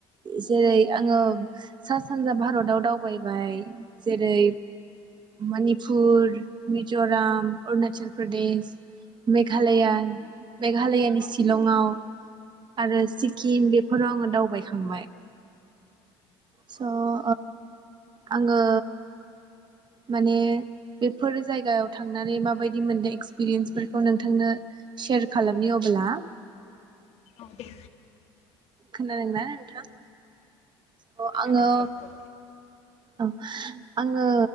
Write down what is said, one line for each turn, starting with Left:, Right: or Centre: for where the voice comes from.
Right: जेरै आङो सा सानजा भारताव दावबायबाय जेरै मनिपुर, मिज'राम, अरुणाचल प्रदेश। मेघालया मेघालयानि शिलंआव आरो सिकिम बेफोराव आङो दावबायखांबाय। स' ओ आङो माने बेफोर जायगायाव थांनानै माबायदि मोनदों एक्सपिरियेन्सफोरखौ नोंथांनो सेयार खालामनि अबोला
Left: औ दे
Right: खोनादोंना नोंथां? अ
Left: खोनादों
Right: आङो
Left: दे औ
Right: औ आङो